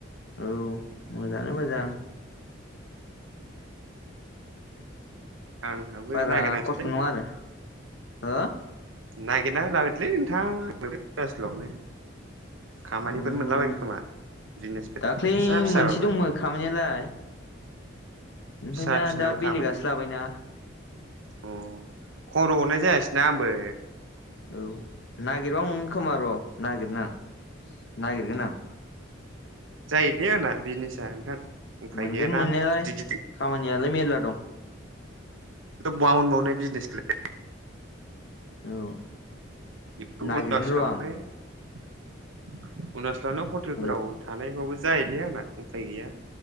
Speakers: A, on the left; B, on the right.
A: औ मोजाङा मोजां।
B: आंहाबो
A: बारा
B: नागिरनासैलै
A: खस्थ' नङा आरो हो
B: नागिरना होलाबायदोलै नोंथांं आंनोबो उरुनाचलावनो। खामानिफोर
A: उम
B: मोनलाबायनो खोमा बिजनेसफोर
A: दाख्लै
B: फिसा फिसाबाबो।
A: मोनसे दंमोन खामानियालाय ओमफ्राय
B: फिसा
A: ना
B: फिल'
A: दा
B: खामानि
A: बेलेगासो लाबायना।
B: अ खबर हरनाय जायासैना आंबो।
A: औ नागिरबा मोनगोन खोमा र' नागिरनो आं नागिरगोन आं।
B: जायोलै आंना बिजनेसा नोंथां। उफाय
A: मोनगोन
B: गैयाना
A: मोननायालाय
B: गिदिर गिदिर
A: खामानियालाय मेरला दं।
B: बाउनोबावनाय बिजनेसखौलाय
A: औ
B: <unintelligible>
A: नागिरगोन
B: उरुनाचलावनो
A: र' आं
B: हटेलफोराव
A: औ
B: थानायबाबो जायोलै आंना उफाय गैया